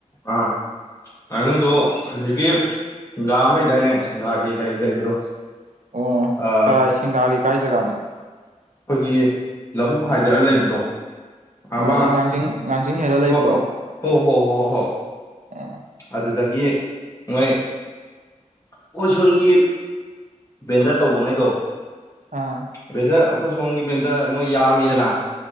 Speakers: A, on the left (about 25°); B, on the right (about 70°).
A: ꯑꯥ ꯉꯥꯅꯨꯗꯣ ꯍꯨꯖꯤꯛꯀꯤ ꯐꯨꯡꯒꯥ ꯑꯃ ꯂꯩꯗꯥꯏꯅꯦ ꯁꯤꯡꯒꯥꯒꯤ ꯀꯩꯀꯥ ꯂꯩꯕꯗꯣ
B: ꯑꯣ
A: ꯑꯩꯈꯣꯏꯒꯤ
B: ꯀꯥꯏ ꯁꯤꯡꯒꯥꯒꯤ ꯀꯥꯏ ꯖꯒꯥꯅꯣ
A: ꯑꯩꯈꯣꯏꯒꯤ ꯂꯧꯕꯨꯛ ꯍꯥꯏꯊꯔꯒ ꯂꯩꯕꯗꯣ ꯑꯃ
B: ꯑꯣ ꯑꯁꯤ ꯉꯥꯡꯖꯤꯡ ꯉꯥꯡꯖꯤꯡ ꯍꯦꯜꯂꯒ ꯂꯩꯕꯗꯣ
A: ꯍꯣ ꯍꯣ ꯍꯣ ꯍꯣ ꯍꯣ ꯍꯣ
B: ꯑꯣ
A: ꯑꯗꯨꯗꯒꯤ ꯃꯣꯏ ꯑꯩꯈꯣꯏ ꯁꯣꯟꯒꯤ ꯕꯦꯟꯗꯔ ꯇꯧꯕꯉꯩꯗꯣ
B: ꯑꯥ
A: ꯕꯦꯟꯗꯔ ꯑꯩꯈꯣꯏ ꯁꯣꯝꯒꯤ ꯕꯦꯟꯗꯔ ꯃꯣꯏ ꯌꯥꯝꯃꯤꯗꯅ